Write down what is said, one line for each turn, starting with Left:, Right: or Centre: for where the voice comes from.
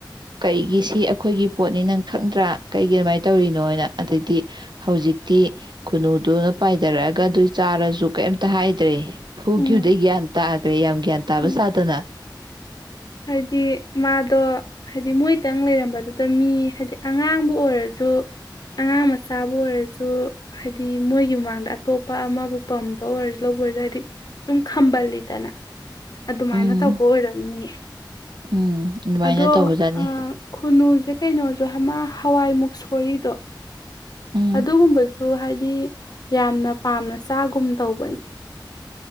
Right: ꯀꯩꯒꯤ ꯁꯤ ꯑꯩꯈꯣꯏꯒꯤ ꯄꯣꯠꯅꯤ ꯅꯪ ꯈꯪꯗ꯭ꯔꯥ ꯀꯩꯒꯤ ꯑꯗꯨꯃꯥꯏꯅ ꯇꯧꯔꯤꯅꯣꯅ ꯑꯗꯩꯗꯤ ꯍꯧꯖꯤꯛꯇꯤ ꯈꯨꯅꯨꯗꯨꯅ ꯄꯥꯏꯊꯔꯛꯑꯒ ꯑꯗꯨꯏ ꯆꯥꯔꯁꯨ ꯀꯩꯝꯇ ꯍꯥꯏꯗ꯭ꯔꯦ ꯍꯒꯌꯗ
Left: ꯎꯝ
Right: ꯇꯥꯈ꯭ꯔꯦ ꯌꯥꯝ ꯒ꯭ꯌꯥꯟ ꯇꯥꯕ
Left: ꯎꯝ
Right: ꯁꯥꯗꯅ
Left: ꯍꯥꯏꯗꯤ ꯃꯥꯗꯣ ꯍꯥꯏꯗꯤ ꯃꯣꯏꯇꯪ ꯂꯩꯔꯝꯕꯗꯨꯗ ꯃꯤ ꯍꯥꯏꯗꯤ ꯑꯉꯥꯡꯕꯨ ꯑꯣꯏꯔꯁꯨ ꯑꯉꯥꯡ ꯃꯆꯥꯕꯨ ꯑꯣꯏꯔꯁꯨ ꯍꯥꯏꯗꯤ ꯃꯣꯏꯒꯤ ꯃꯃꯥꯡꯗ ꯑꯇꯣꯞꯄ ꯑꯃꯕꯨ ꯄꯝꯕ ꯑꯣꯏꯔꯁꯨ ꯂꯧꯕ ꯑꯣꯏꯔꯁꯨ ꯍꯥꯏꯗꯤ ꯁꯨꯝ ꯈꯝꯕꯜꯂꯤꯗꯅ ꯑꯗꯨꯃꯥꯏꯅ
Right: ꯎꯝ
Left: ꯇꯧꯕ ꯑꯣꯏꯔꯝꯅꯤ
Right: ꯎꯝ ꯑꯗꯨꯃꯥꯏꯅ
Left: ꯑꯗꯣ
Right: ꯇꯧꯕꯖꯥꯠꯅꯤ
Left: ꯈꯨꯅꯨꯁꯦ ꯀꯩꯅꯣꯁꯨ ꯍꯥꯃ ꯍꯋꯥꯏ ꯃꯨꯛ ꯁꯣꯔꯤꯗꯣ
Right: ꯎꯝ
Left: ꯑꯗꯨꯒꯨꯝꯕꯁꯨ ꯍꯥꯏꯗꯤ ꯌꯥꯝꯅ ꯄꯥꯝꯅ ꯆꯥꯒꯨꯝ ꯇꯧꯕꯅꯤ